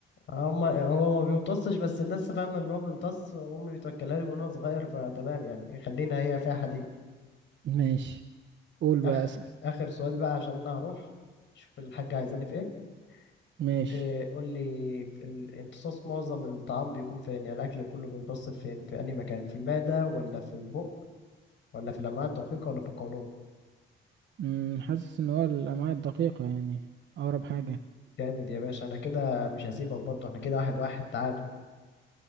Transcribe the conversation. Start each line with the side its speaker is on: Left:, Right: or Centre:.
Left: هما هو ما بيمتصش بس الناس فاهمة ان هو بيمتص وامي بتوكلها لي وانا صغير فتمام يعني خلينا هي فيها حديد
Right: ماشي قول
Left: اخ
Right: بقى اسأل
Left: اخر سؤال بقى عشان انا هروح شوف الحاجة عايزاني في ايه
Right: ماشي
Left: إيه قول لي في الامتصاص معظم الطعام بيكون فين يعني الاكل كله بيمتص فين في انهي مكان في المعدة ولا في البق ولا في الامعاء الدقيقة ولا في القولون
Right: مم، حاسس ان هو الامعاء الدقيقة يعني اقرب حاجة
Left: جامد يا باشا انا كده مش هسيبك برضه احنا كده واحد واحد تعادل